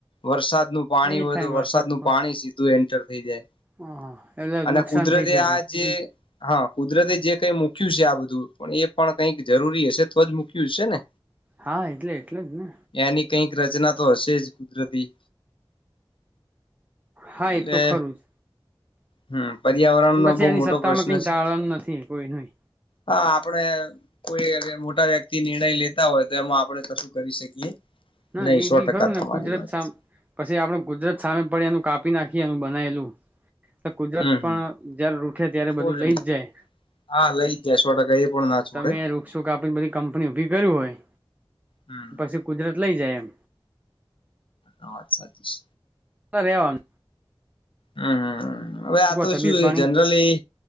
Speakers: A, on the left; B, on the right.
A: વરસાદ નું પાણી
B: એ
A: હોય
B: થાય
A: તો વરસાદ નું
B: પણ
A: પાણી સીધું એન્ટર થઈ જાય
B: હ એટલે
A: અને
B: નુકસાન
A: કુદરતે
B: થઈ શકે
A: આ જે હા કુદરતે જે કઈ મુ મૂક્યું છે આ બધું એપણ કઈક જરૂરી હશે તો જ મુૂક્યું હશે ને
B: હા એટલે એટલે જ ને
A: એની કઈક રચના તો હશે જ કુદરતી
B: હા
A: એટલે
B: એ તો ખરું જ
A: હમ પર્યાવરણ નો
B: પછી
A: બહુ
B: આની
A: મોટો
B: સત્તામાં
A: પ્રશ્ન
B: કઈ
A: છે
B: ચાલવાનું નથી કોઈનું
A: હા આપણે કોઈ અને મોટા વ્યક્તિ નિર્ણય લેતા હોય તો એમાં આપણે કશું કરી શકીએ
B: ના
A: નહી
B: એ
A: સો
B: બી
A: ટકા
B: ખરું
A: તમારી
B: ને કુદરત
A: વાત
B: સામે
A: છે.
B: પછી આપડું કુદરત સામે પડે એનું કાપી નાખી બનાયલું કુદરત
A: હમ
B: પણ
A: હમ
B: જય્યારે રૂઠે ત્યારે
A: છોડે
B: બધું લઈ
A: નહી
B: જ જાય
A: હા લઈ જાય સો ટકા એ પણ ના છોડે
B: તમે વૃક્ષો કાપીને બધી કંપની ઉભી કરી્યું હોય
A: હમ
B: પછી કુદરત લઈ જાય એમ
A: આ વાત સાચી છે.
B: હ ર રહેવાનું.
A: હમ્મ હવે આ તો
B: તબિયત
A: શું
B: પાણી
A: જનરલી